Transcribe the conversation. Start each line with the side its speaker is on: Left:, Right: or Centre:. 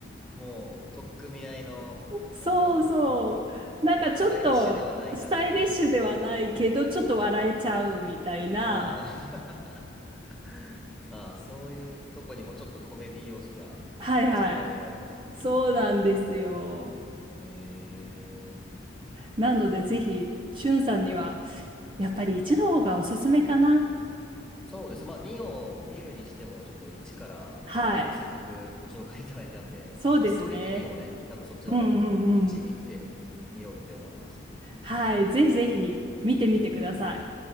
Centre: もう、取っ組み合いの、
Right: そうそう。
Centre: なんか、
Right: なんかちょっとスタイリッシュではないけど、
Centre: スタイリッシュではない感じのね。
Right: ちょっと笑えちゃうみたいな。
Centre: あー <laughs> あー、そういうとこにもちょっとコメディ要素が
Right: はいはい。
Centre: 散りばめられてるんですね。
Right: そうなんですよ。
Centre: ええ
Right: なのでぜひ、しゅんさんには、やっぱり一の方がおすすめかな。
Centre: そうです。まあ、2を見るにしても、ちょっと1から、
Right: はい。
Centre: あの、せっかくご紹介いただいたんで、
Right: そうですね。
Centre: まあ、ストーリー的にもね、多分そっちの方がいいと思うので、
Right: うんうんうん。
Centre: 1、2って見ようって思います。
Right: はい。ぜひぜひ見てみてください。